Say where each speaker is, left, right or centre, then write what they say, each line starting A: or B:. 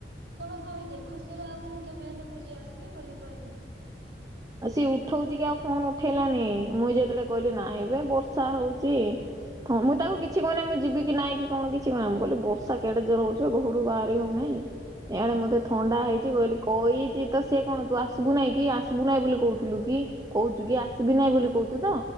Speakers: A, on the right; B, on the right.
A: ତମେ କହିଦିଅ ଖୁସିରେ ଆଉ ଦିନେ କେବେ ହେଲେ ବୁଲି ଆସିବି ବୋଲି କହିଦିଅ।
B: ଆଉ ସିଏ ଉଠୋଉଚି କି ଆଉ ଫୋନ୍ ଉଠେଇଲାନି ମୁଇଁ ଯେତେବେଳେ କହିଲି ନାଇଁବେ ବର୍ଷା ହୋଉଚି। ଥ ମୁଁଇ ତାକୁ କିଛି କହିନେଇ ମୁଁ ଯିବିକି ନାଇଁ କି କଣ କିଛି କହେନା ମୁଁ କହିଲି ବର୍ଷା କେଡେ ଜୋର ହୋଉଚିବେ ଘରୁ ବାହାରି ହୋଉନେଇ। ଏଆଡେ ମତେ ଥଣ୍ଡା ହେଇଚି
A: ହୁଁ
B: ବୋଲି କହିଚି ତ ସିଏ କଣ ତୁ ଆସିବୁ ନେଇଁ କି ଆସ୍ ଆସିବୁ ନାଇଁ ବୋଲି କୋହୁଥୁଲୁ କି କୋହୁଚୁକି ଆସିବି ନାଇଁ ବୋଲି କୋହୁଚୁ ତ।